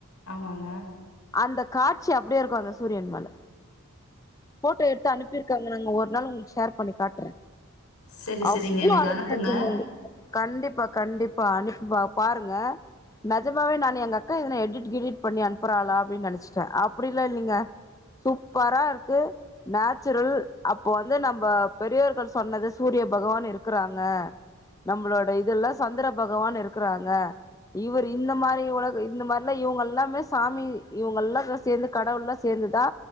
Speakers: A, on the left (about 90°); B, on the left (about 15°).
A: ஆமாங்க
B: அந்த காட்சி அப்படியே இருக்கும் அந்த சூரியன் மேல போட்டோ எடுத்து அனுப்பிருக்காங்க நாங்க ஒரு நாள் உங்களுக்கு ஷேர் பண்ணி காட்றே
A: சேரி சேரிங்க
B: அவ்ளோ
A: எனக்கு
B: அருமையா
A: அனுப் புங்க
B: இருக்குங்க உங்களுக்கு கண்டிப்பா கண்டிப்பா அனுப்பிப்பா பாருங்க நெஜமாவே நா எங்க அக்கா இதனை எடிக்ட் கிடிட் பண்ணி அனுப்புறாளா அப்டின்னு நெனைச்சிட்ட அப்பிடிலா இல்லைங்க சூப்பராருக்கு நேச்சுரல் அப்போ வந்து நம்ம பெரியோர்கள் சொன்னது சூரிய பகவான் இருக்குறாங்க நம்மளோட இதுல்ல சந்திர பகவான் இருக்கறாங்க இவுரு இந்த மாரி ஒலக இந்த மாரிலா இவுங்கல்லாமே சாமி இவுங்கலா சேத்து கடவுல சேந்துதா